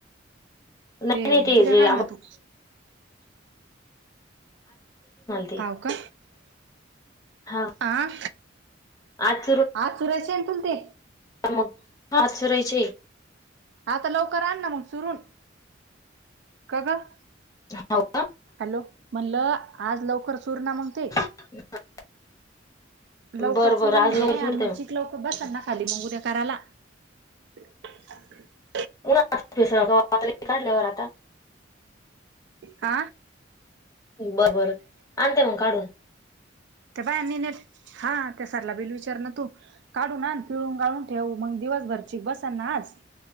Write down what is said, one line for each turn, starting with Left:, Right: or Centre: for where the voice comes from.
Left: नाही नाही
Right: उद्या
Left: ते जे
Right: काढ ना तू
Left: <unintelligible>
Right: हो का?
Left: हा
Right: आ.
Left: आज
Right: आज चुरायचे ना तुला ते?
Left: हा मग? आज चुरायचेय.
Right: आता लवकर आण ना मग चुरून. काग.
Left: हाव.
Right: हॅलो. म्हणलं आज लवकर चूरणा मग ते.
Left: <inaudible>
Right: लवकर
Left: बरं बरं
Right: चुरून
Left: आज
Right: घे.
Left: लवकर चुरते
Right: आण मग चिक लवकर बसल ना खाली. मग उद्या करायला. <inaudible>
Left: <unintelligible>
Right: आ.
Left: बरं बरं. आणते मग काढून.
Right: त्या बायांनी नेल. हा त्या सरला बाईला विचार ना तू. काढू आण. पिळून गाळून ठेवू. मग दिवसभर चीक बसन ना आज.